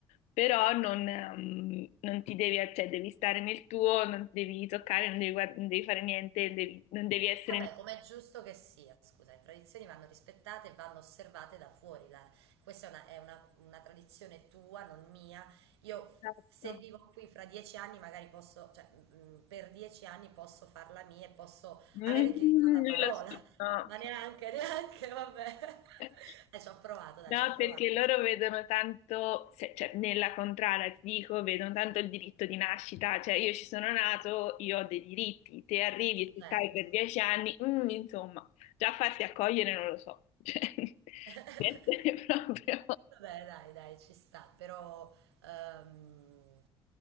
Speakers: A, on the left; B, on the right.
A: Però non, ehm, non ti devi, cioè devi stare nel tuo, non devi toccare, non devi, guard- non devi fare niente, devi- non devi essere...
B: Eh beh, com'è giusto che sia, scusa, le tradizioni vanno rispettate e vanno osservate da fuori. la- questa è, una, è una- una tradizione tua, non mia. Io
A: Esatto.
B: se vivo qui fra dieci anni, magari posso, cioè, mm, per dieci anni posso farla mia e posso
A: Mm,
B: avere il diritto alla parola,
A: lo so,
B: <laughs>
A: no.
B: ma neanche, neanche, vabbè. <laughs>
A: <laughs>
B: Eh, ci ho provato, dai,
A: No,
B: ci ho provato.
A: perché loro vedono tanto, se- cioè nella contrada ti dico, vedono tanto il diritto di nascita, cioè io ci sono nato, io ho dei diritti, te arrivi e se
B: Certo.
A: stai per dieci anni, mm, insomma, già farsi accogliere non lo so, cioè <laughs> di
B: <laughs>
A: essere proprio
B: Vabbè, dai, dai, ci sta, però ehm,